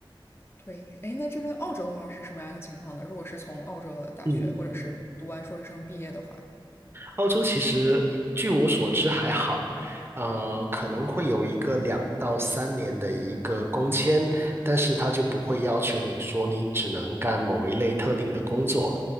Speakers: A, on the left; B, on the right.
A: 对，哎，那这边澳洲的话是什么样一个情况呢？如果是从澳洲的大学或者是读完硕士生毕业的话，
B: 嗯。澳洲其实据我所知还好，呃，可能会有一个两到三年的一个工签，但是他就不会要求你说你只能干某一类特定的工作。